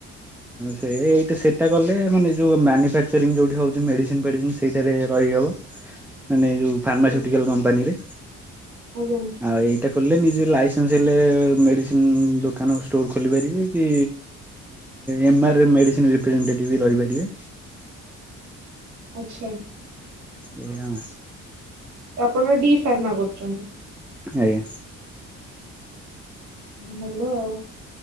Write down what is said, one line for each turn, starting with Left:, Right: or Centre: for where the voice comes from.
Centre: ସେ ଏଇଟା ସେଇଟା କଲେ ମାନେ ଯୋଉ ମାନୁଫାଚରିଂ ଯୋଉଠି ହଉଚି ମେଡିସିନ୍ ଫେଡିସିନ୍ ସେଇଟାରେ ରହିହବ। ମାନେ ଯୋଉ ଫାର୍ମାସ୍ୟୁଟିକାଲ୍
Right: ଆଚ୍ଛା
Centre: କମ୍ପାନୀରେ।
Right: ଆଜ୍ଞା
Centre: ଆଉ ଏଇ ଏଇଟା ଖୋଲିଲେ ନିଜେ ଲାଇସେନ୍ସ ହେଲେ ମେଡ଼ିସିନ୍ ଦୋକାନ ଷ୍ଟୋର୍ ଖୋଲିପାରିବେ କି ଏମାରେ ମେଡ଼ିସିନ୍ ରିପ୍ରେଜେଣ୍ଟଟେଟିଭ୍ ରହିପାରିବେ।
Right: ଆଚ୍ଛା।
Centre: ଏଇଆ ଆଉ।
Right: ତ ଆପଣ ଡି ଫାର୍ମା କରୁଚନ୍ତି?
Centre: ଆଜ୍ଞା।
Right: ଭଲ ଆଉ।